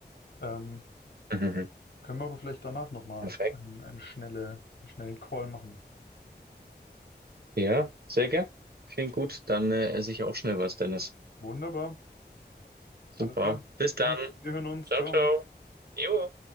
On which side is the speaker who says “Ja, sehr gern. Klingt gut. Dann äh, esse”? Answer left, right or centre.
Right